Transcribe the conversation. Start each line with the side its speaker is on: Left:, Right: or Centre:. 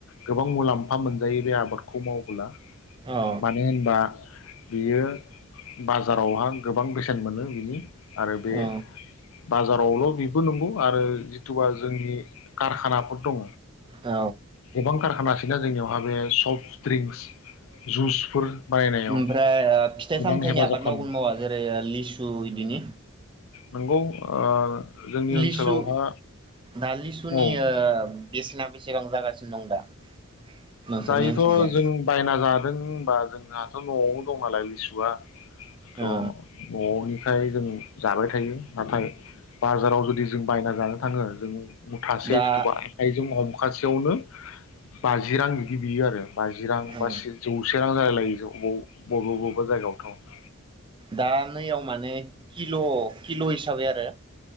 Left: गोबां मुलामफा मोनजायो बे आबादखौ मावबोला
Right: औ
Left: मानो होनबा बियो बाजारावहा गोबां बेसेन मोनो बिनि आरो बे
Right: औ
Left: बाजारावल' बिबो नंगौ आरो जिथुबा जोंनि कारखानाफोर दङ
Right: औ
Left: गोबां कारखाना बिना जोंनियावहा बे सफ्ट ड्रिंक्स जुसफोर बानायनायाव
Right: ओमफ्राय ओ फिथाइ
Left: गोबां
Right: सामथाइनि
Left: हेफाजाब
Right: आबाद
Left: खालामो
Right: मावगोन मावा जेरै लिसु इदिनो
Left: नोंगौ ओ जोंनि
Right: लिसु
Left: ओनसोलावहा
Right: दा लिसुनि
Left: औ
Right: ओ बेसेना बेसेबां जागा नं दा <unintelligible> नोंसोरनि
Left: दायोथ'
Right: ओनसोलजों
Left: जों बायना जादों होनबा जोंहाथ' नवाव दङालाय लिसुआ
Right: ओ
Left: थ' न'निफ्राय जों जाबाय थायो नाथाय बाजाराव जुदि जों बायना जानो थाङो जों मुथासे
Right: दा
Left: जितुबा आखाइजों हम खासेयावनो बाजि रां बिदि बियो आरो बाजि रां
Right: ओ
Left: बा जौसे रां <unintelligible> बबेबा बबेबा जायगायावथ'
Right: दा नैयाव माने किल' किल' हिसाबै आरो